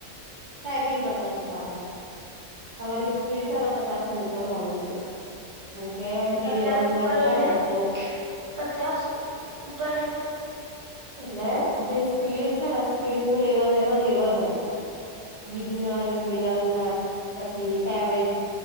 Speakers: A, on the right; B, on the right.
A: ટાઈપિંગ કરતા શીખવાડે, તમારી સ્પીડ છે ને તે પચાસ ની ઉપર હોવી જોઈએ. કારણ કે એ એન્ટ્રી
B: તો પચાસ
A: લેવલ નું
B: ઉપર
A: વર્ક હોય
B: એટલે
A: ને તો
B: પચાસ ઉપર એટલે?
A: એટલે જે સ્પીડ છે ને સ્પીડ નું લેવલ એમાં લેવલ હોય છે. બીગનાર મિડલ મા પછી એવરેજ,